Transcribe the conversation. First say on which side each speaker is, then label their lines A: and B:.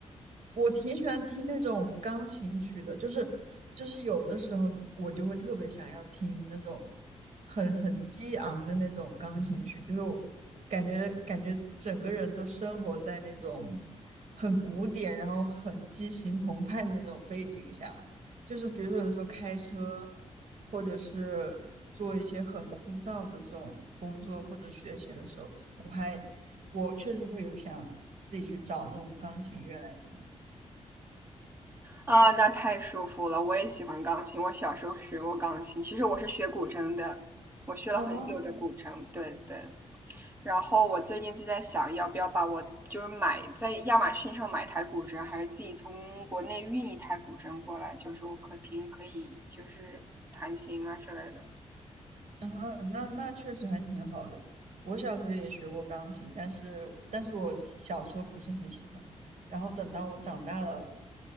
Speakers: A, on the right; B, on the right.
A: 我挺喜欢听那种钢琴曲的，就是就是有的时候我就会特别想要听那种很很激昂的那种钢琴曲，就是我感觉感觉整个人都生活在那种很古典，然后很激情澎湃的那种背景下。就是比如说有的时候开车，或者是做一些很枯燥的这种工作或者学习的时候，我还我确实会有想自己去找那种钢琴乐来听。
B: 啊，那太舒服了！我也喜欢钢琴，我小时候学过钢琴。其实我是学古筝的，我学了很久的古筝。
A: 哦，
B: 对对。然后我最近就在想，要不要把我就是买在亚马逊上买台古筝，还是自己从国内运一台古筝过来？就是我可平时可以就是弹琴啊之类的。
A: 啊，那那确实还挺好的。我小时候也学过钢琴，但是但是我只小时候不是很喜欢，然后等到我长大了，